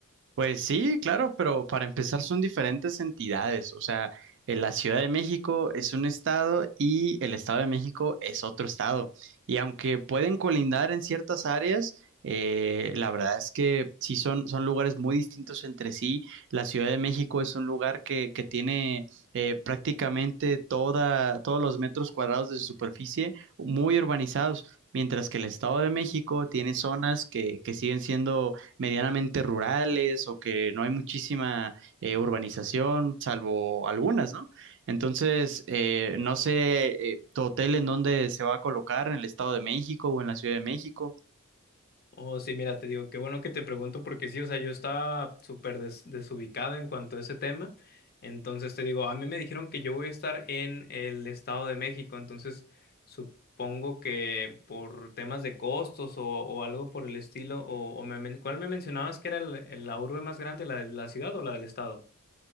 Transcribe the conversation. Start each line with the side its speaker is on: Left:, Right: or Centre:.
Right: Pues sí, claro, pero para empezar son diferentes entidades. O sea, eh, la Ciudad de México es un estado y el Estado de México es otro estado. Y aunque pueden colindar en ciertas áreas, eh, la verdad es que sí son, son lugares muy distintos entre sí. La Ciudad de México es un lugar que, que tiene eh, prácticamente toda, todos los metros cuadrados de su superficie muy urbanizados, mientras que el Estado de México tiene zonas que, que siguen siendo medianamente rurales o que no hay muchísima eh, urbanización, salvo algunas, ¿no? Entonces, eh, no sé eh, tu hotel en dónde se va a colocar, en el Estado de México o en la Ciudad de México.
Left: Oh, sí, mira, te digo, qué bueno que te pregunto porque sí, o sea, yo estaba súper des- desubicado en cuanto a ese tema. Entonces te digo, a mí me dijeron que yo voy a estar en el Estado de México, entonces supongo que por temas de costos o, o algo por el estilo, o, o me men- ¿cuál me mencionabas que era el- el- la urbe más grande, la de la ciudad o la del estado?